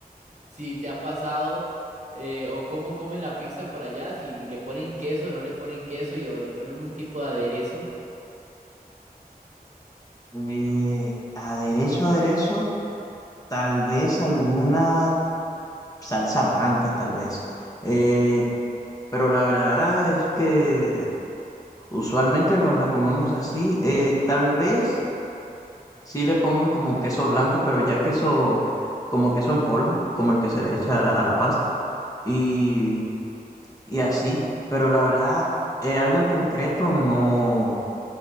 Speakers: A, on the right; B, on the left.
A: si te ha pasado eh, o cómo comen la pizza por allá, si le ponen queso o no le ponen queso y, o le ponen un tipo de aderezo.
B: Eh, aderezo, aderezo, tal vez alguna salsa blanca, tal vez. Eh, pero la verdad es que usualmente nos la comemos así. eh, tal vez... Sí le pongan como queso blanco, pero ya queso, como queso en polvo, como el que se le echa a la, a la pasta. Y, y así, pero la verdad, eh, algo en concreto no,